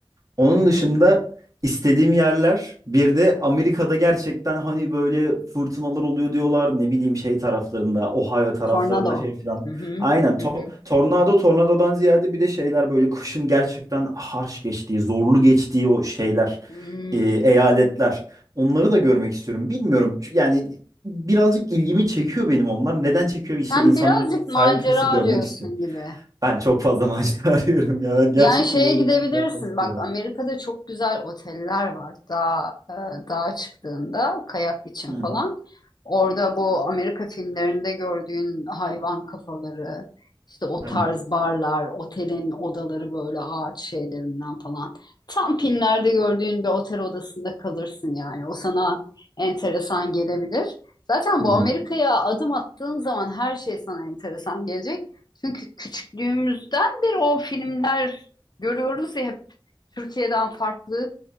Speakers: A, on the right; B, on the left.
A: Onun
B: Hı hı.
A: dışında istediğim yerler bir de Amerika'da gerçekten hani böyle fırtınalar oluyor diyorlar ne bileyim şey taraflarında Ohio taraflarında
B: Tornado.
A: şey filan.
B: Hı hı.
A: Aynen to-
B: Hı hı.
A: tornado tornadodan ziyade bir de şeyler böyle kışın gerçekten harç geçtiği, zorlu geçtiği o şeyler,
B: Hmm.
A: e, eyaletler. Onları da görmek istiyorum. Bilmiyorum ç- yani birazcık ilgimi çekiyor benim onlar. Neden çekiyor? İşte
B: Sen
A: insanlar
B: birazcık
A: sahil
B: macera
A: kıyısı
B: arıyorsun
A: görmek istiyor.
B: gibi.
A: Ben çok fazla macera <laughs> arıyorum ya. Ben gerçekten
B: Yani şeye
A: oraya
B: gidebilirsin.
A: gidip yapmak istiyorum.
B: Bak Amerika'da çok güzel oteller var. Dağ, e, dağa çıktığında kayak için
A: Hı
B: falan. Orada bu Amerika filmlerinde gördüğün hayvan kafaları, işte o
A: hı
B: tarz
A: hı
B: barlar, otelin odaları böyle ağaç şeylerinden falan. Tam filmlerde gördüğün bir otel odasında kalırsın yani. O sana enteresan gelebilir. Zaten
A: hı
B: bu
A: hı
B: Amerika'ya adım attığın zaman her şey sana enteresan gelecek. Çünkü küçüklüğümüzden beri o filmler görüyoruz ya hep Türkiye'den farklı